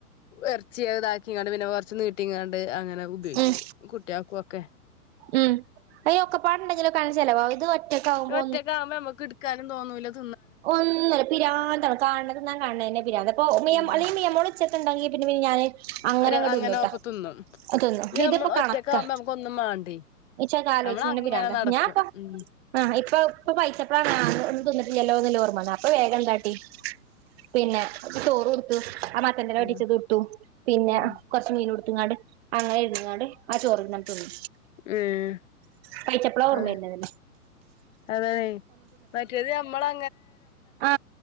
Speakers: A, on the left; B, on the right.
A: എറ ച്ച് താക്കിങ്ങണ്ട് പിന്നെ കൊറച്ചു നീട്ടി ങ്ങാണ്ട് അങ്ങനെ ഉപയോഗിച്ച്
B: ഉം
A: കുട്ടിയാക്കുവൊക്കെ
B: ഉം അയോക്കെ പാടുണ്ടെങ്കിലും കാണിച്ചല്ലേ വ ഇത് ഒറ്റക്കാവുമ്പോ
A: വിടെ ഒറ്റക്കാവുമ്പോ നമ്മുക്ക് എടുക്കാനും തോന്നൂലത്
B: ഒന്നല്ലെ പിരാന്താണ് കാണത് ഞാൻ കാണെന്നെ പിരാന്ത് അപ്പ <unintelligible>
A: ഉം
B: അല്ലെ മിയമോള് ഉച്ചക്കെണ്ടെങ്കി ലും ഞാന് അങ്ങനങ്ങട്
A: ഒരു അങ്ങനെ
B: തിന്നുട്ടോ
A: ഒപ്പത്തിന്നും
B: തിന്നും
A: ഇത്
B: ഇതിപ്പോ
A: നമ്മള് ഒറ്റക്കാവുമ്പോ
B: കണക്കാ
A: നമുക്കൊന്നും മേണ്ടേയ്
B: ഇച്ചൊക്കെ ആലോചിച്ച്ണന്നെ
A: നമ്മളങ്ങനെ
B: പിരാന്താ
A: നടക്കും
B: ഞാൻപ്പ
A: ഉം
B: ആ ഇപ്പൊ ഇപ്പൊ വായിച്ചപ്പ ആഹ് ഒന്നും തിന്ന ട്ടില്ലല്ലോന്നുള്ള ഓർമ്മ വന്നേ അപ്പൊ വേഗം എന്താട്ടി പിന്നെ ചോറ് കൊടുത്തു ആ മത്തൻ
A: ആഹ്
B: വടിച്ചത്ടുത്തു പിന്നെ
A: ഉം
B: കുറച്ച് മീൻ ഉടു ട്ടിങ്ങാട് അങ്ങനെ ഇരുന്നങ്ങാട് ആ ചോറി ഞാൻ തിന്നു.
A: ഉം
B: കഴിച്ചപ്പളാ ഓർമ്മ
A: അത്
B: വരുന്നത്
A: അതെ മറ്റിയത് നമ്ളെ
B: ആ